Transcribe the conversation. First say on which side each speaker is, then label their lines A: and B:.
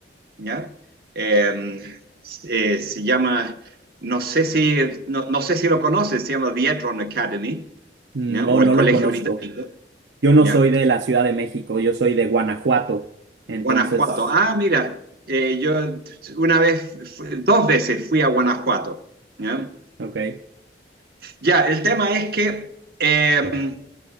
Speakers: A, on the right (about 55°); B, on the right (about 80°).
A: ¿ya? Eh, eh, se llama, no sé si, no, no sé si lo conoces, se llama The Edron Academy,
B: No,
A: ¿ya? O
B: no
A: el Colegio
B: lo conozco.
A: Británico,
B: Yo no
A: ¿ya?
B: soy de la Ciudad de México, yo soy de Guanajuato. Entonces,
A: Guanajuato. Ah, mira, eh, yo una vez, fu- dos veces fui a Guanajuato, ¿ya?
B: ok.
A: Ya, el tema es que... eh,